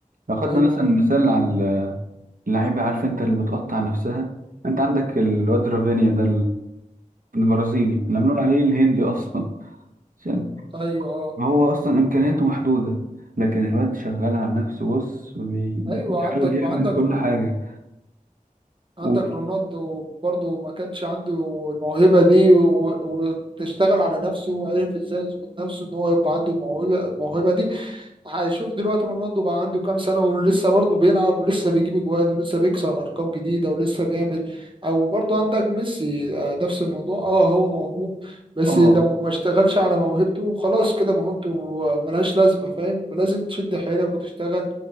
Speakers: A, on the right; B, on the right.
A: لو خدنا
B: أيوه
A: مثلا
B: أه
A: مثال على اللعيبه عارف انت اللي بتقطع نفسها انت عندك الواد رافينيا ده البرازيلي نعملون عليه الهندي اصلا عشان
B: أيوه أه
A: هو اصلا امكانياته محدوده لكن الواد شغال على نفسه بص وبي- بيحاول
B: أيوه عندك
A: يعمل
B: وعندك
A: كل حاجه و...
B: عندك رونالدو برضه ما كانش عنده الموهبة دي و- وتشتغل على نفسه وعرف إزاي يظبط نفسه إن هو يبقى عنده الموهبة الموهبة دي هشوف دلوقتي رونالدو بقى عنده كام سنة ولسه برضه بيلعب ولسه بيجيب اجوان ولسه بيكسر ارقام جديدة ولسه بيعمل او برضه عندك ميسي آه، نفس الموضوع اه هو موهوب بس
A: اه
B: لو ما اشتغلش على موهبته خلاص كده موهبته ملهاش لازمة فاهم لازم تشد حيلك وتشتغل